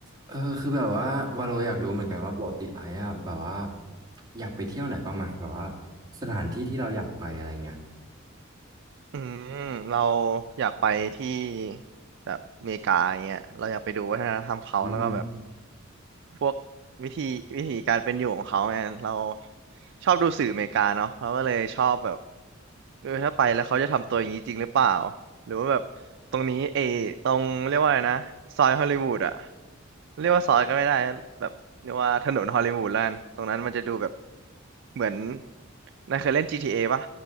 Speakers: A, on the right (about 20°); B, on the right (about 60°).
A: เออคือแบบว่าวาโลอยากรู้เหมือนกันว่าปกติไอ้อะแบบว่าอยากไปเที่ยวไหนบ้างไหมแบบว่าสถานที่ที่เราอยากไปอะไรเงี้ย
B: อืมเราอยากไปที่แบบอเมริกาอย่างเงี้ยเราอยากไปดูวัฒนธรรมเขาแล้วก็แบบ
A: อืม
B: พวกวิธีวิธีการเป็นอยู่ของเขาไงเราชอบดูสื่ออเมริกาเนาะเราก็เลยชอบแบบเออถ้าไปแล้วเขาจะทำตัวอย่างนี้จริงหรือเปล่าหรือว่าแบบตรงนี้เออตรงเรียกว่าอะไรนะซอยฮอลลีวูดอะเรียกว่าซอยก็ไม่ได้แบบเรียกว่าถนนฮอลลีวูดแล้วกันตรงนั้นมันจะดูแบบเหมือนนายเคยเล่น GTA ปะ